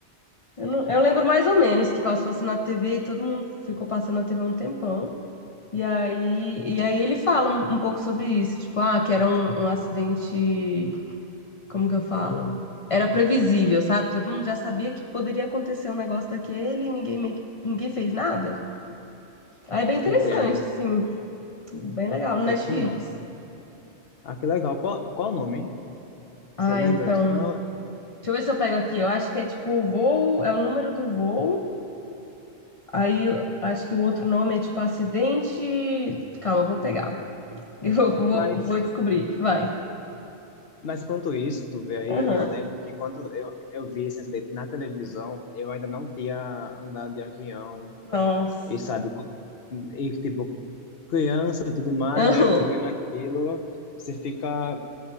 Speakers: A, on the left; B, on the left.
A: Eu, não- eu lembro mais ou menos que passou assim na TV e todo mundo ficou passando na TV um tempão. E aí, e aí ele fala um, um pouco sobre isso, tipo, ah, que era um um acidente como que eu falo? Era previsível, sabe? Todo mundo já sabia que poderia acontecer um negócio daquele e ninguém meio que- ninguém fez nada. Aí é bem interessante,
B: Entendo.
A: assim, bem legal, no
B: Pô,
A: Netflix.
B: que massa. Ah, que legal. Qual, qual o nome?
A: Ah,
B: Você lembra?
A: então,
B: Senão,
A: deixa eu ver se eu pego aqui. Eu acho que é tipo o voo, é o número do voo. Aí eu acho que o outro nome é tipo acidente. Calma, eu vou pegar. <laughs> Eu vou,
B: mas,
A: vou descobrir. Vai.
B: mas enquanto isso, tu vê aí,
A: Aham.
B: eu lembro que quando eu, eu vi esse acidente na televisão, eu ainda não tinha andado de avião.
A: Nossa.
B: E sabe, com- e tipo, criança, tudo mais,
A: Aham.
B: né? Eu vendo aquilo, você fica,